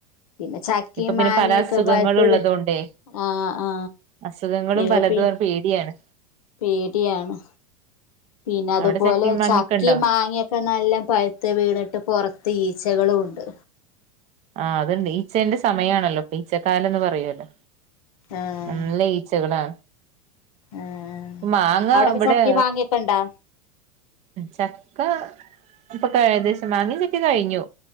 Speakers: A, on the left; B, on the right.
A: പിന്നെ ചക്കയും
B: ഇപ്പൊ പിന്നെ
A: മാങ്ങയൊക്കെ
B: പല അസുഖങ്ങളും
A: പഴുത്തത്
B: ഉള്ളത് കൊണ്ടേ
A: ആ ആ
B: അസുഖങ്ങളും
A: ഇത്
B: പലതും
A: പി
B: പേടിയാണ്
A: പേടിയാണ് പിന്നെ അതുപോലെ
B: അവിടെ ചക്കയും മാങ്ങൊക്കെ
A: ചക്കയും
B: ഉണ്ടോ
A: മാങ്ങയൊക്കെ നല്ല പഴുത്ത് വീണിട്ട് പുറത്ത് ഈച്ചകളുംഉണ്ട്
B: ആ അതുണ്ട് ഈച്ചന്റെ സമയമാണല്ലോ ഇപ്പൊ ഈച്ചക്കാലന്ന് പറയല്ലോ
A: ആഹ്
B: നല്ല ഈച്ചകളാ
A: ആഹ്
B: മാങ്ങ
A: അവിടൊക്കെ
B: ഇവിടെ
A: ചക്കി മാങ്ങിയൊക്കെ ഇണ്ടാ
B: ചക്ക അപ്പൊ ഏകദേശം മാങ്ങ ചക്കയും കഴിഞ്ഞു